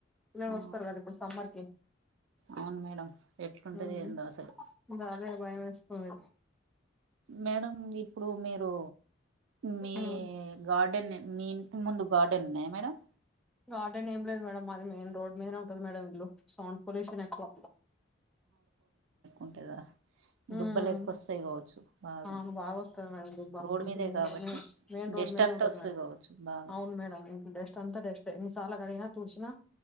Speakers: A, in the centre; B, on the right.
A: పిల్లలు
B: ఆ,
A: వస్తారు కదా ఇప్పుడు సమ్మర్ కి
B: అవును మేడం ఎట్లుంటది
A: ఉమ్
B: ఏందో అసలు
A: ఇగ అదే భయం వేస్తోంది
B: మేడం ఇప్పుడు మీరు మీ
A: మ్మ్
B: గార్డెన్ మీ ఇంటి ముందు గార్డెన్ ఉన్నాయా మేడం
A: గార్డెన్ ఏం లేదు మేడం మాది మెయిన్ రోడ్ మీదనే ఉంటంది మేడం ఇల్లు సౌండ్ పొల్యూషన్ ఎక్కువ
B: ఉంటది కదా
A: మ్మ్
B: దుబ్బలు ఎక్కువ వస్తాయి కావచ్చు బాగా
A: అవును బాగ వస్తది మేడం దుబ్బా
B: రోడ్
A: ఇంట్ర
B: మీదే
A: ముందలనె
B: కాబట్టి
A: మెయిన్ రోడ్
B: డస్ట్
A: మీదనే
B: అంతా
A: ఉంటది
B: వస్తది
A: మేడం
B: కావచ్చు బాగా
A: అవున్ మేడం ఇంక డస్ట్ అంత డస్టె సాల కడగిన తుడ్చినా